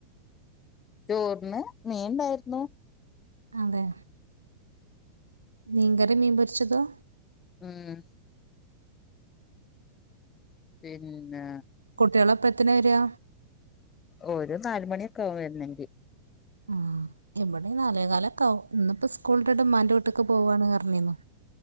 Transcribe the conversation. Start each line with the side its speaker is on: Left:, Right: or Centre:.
Left: ചോറിന് മീൻണ്ടായിരുന്നു
Right: അതെ മീൻകറിം മീൻപൊരിച്ചതാ
Left: ഉം പിന്നെ
Right: കുട്ടികള എപ്പഴത്തിന വരിക
Left: ഒരു നാല് മണിയൊക്കെ ആവും വരുനെങ്കിൽ
Right: ഉം ഇവിടെ നാലേ കാലൊക്കെ ആവും ഇന്ന് ഇപ്പോ സ്കൂൾ വിട്ടിട്ട് ഇമ്മാന്റെ വീട്ടിക്ക് പോകാണ് റഞ്ഞിന്നു